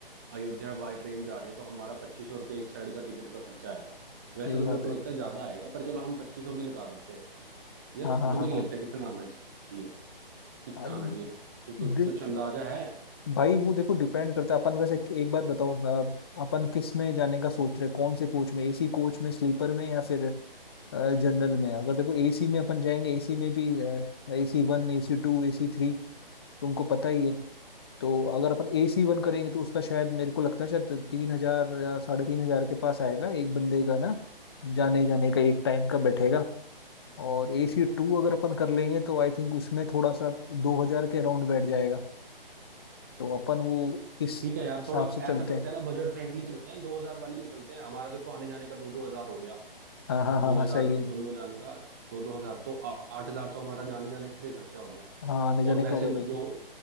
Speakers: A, on the right; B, on the left.
A: अयोध्या बाय ट्रेन जा रहे हैं तो हमारा पच्चीस सौ रुपये एक साइड का टिकट का खर्चा आएगा वैसे
B: सही
A: तो
B: बात
A: मेरे को
B: है
A: लगता है ज्यादा आएगा पर चलो हम पच्चीस सौ भी लगा देते हैं यार
B: हाँ हाँ
A: तुम्हें
B: हाँ हाँ
A: क्या लगता है कितना आना चाहिए कितना
B: अ,
A: आना चाहिए तो कुछ
B: दे,
A: कुछ अंदाजा है
B: भाई वो देखो डिपेंड करता है अपन वैसे एक बात बताओ अ, अपन किस में जाने का सोच रहे हैं? कौन से कोच में एसी कोच में स्लीपर में या फिर जनरल में अगर देखो एसी में अपन जाएंगे एसी में भी AC one AC two AC three तुमको पता ही है तो अगर अपन एसी वन करेंगे तो उसका शायद मेरे को लगता है शायद तीन हजार या साढ़े तीन हजार के पास आएगा एक बंदे का ना जाने जाने का एक टाइम का बैठेगा और एसी टू अगर अपन कर लेंगे तो आई थिंक उसमें थोड़ा सा दो हजार के अराउंड बैठ जाएगा तो अपन वो इस
A: ठीक है यार
B: हिसाब
A: थोड़ा
B: से चलते
A: ऐसा करते
B: हैं
A: हैं ना बजट फ्रेंडली चलते हैं दो हजार वाली में चलते हैं हमारा देखो आने जाने का दो दो हजार हो गया
B: हाँ हाँ हाँ
A: दो
B: हाँ
A: हजार
B: सही है
A: दोनों जाने का दो दो हजार तो आ- आठ हजार तो हमारा जाने जाने का ही खर्चा हो गया
B: हाँ आने जाने
A: और वैसे
B: का हो गया भाई
A: जो